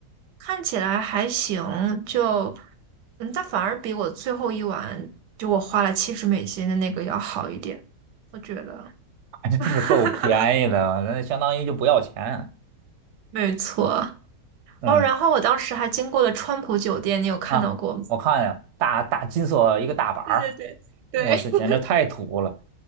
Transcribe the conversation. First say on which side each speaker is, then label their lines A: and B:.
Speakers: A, on the right; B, on the right.
A: 看起来还行，就嗯，它反而比我最后一晚就我花了七十美金的那个要好一点，我觉得。
B: <laughs>
A: <laughs>
B: 真是够便宜的，那相当于就不要钱。
A: 没错。
B: 嗯
A: 哦，然后我当时还经过了川普酒店，你有看到过吗？
B: 啊，我看呀，大大金色一个大板儿，
A: 对对对对
B: 哇塞，简直太土了。
A: <laughs>